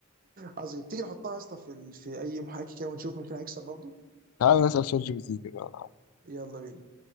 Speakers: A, on the right; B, on the left.
A: عظيم تيجي نحطها يا اسطى في ال- في اي محاكي كده ونشوف مين فينا هيكسب برضه
B: تعال نسأل شات جي بي تي كده
A: يلا بينا